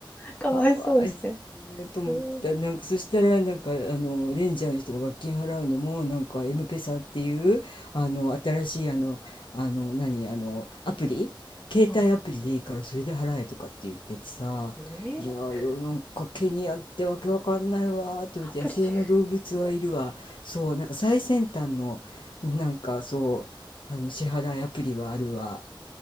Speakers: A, on the left; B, on the left.
A: かわいそうですね。
B: かわいそうと思ってた。
A: えー
B: なんか、そしたら、なんか、あの、レンジャーの人が罰金払うのも、なんか、エムペサっていう、
A: うん、
B: あの、
A: うん、
B: 新しい、あの、あの、何、あの、アプリ携帯アプリでいいから、
A: あ、
B: それで払えとかって言っててさ、
A: え
B: いやーよ、
A: ー
B: なんか、ケニアってわけわかんないわーって思って、
A: アプリで、
B: 野生の動物はいるわ。そう、なんか、最先端の、なんか、そう、あの、支払いアプリはあるわ。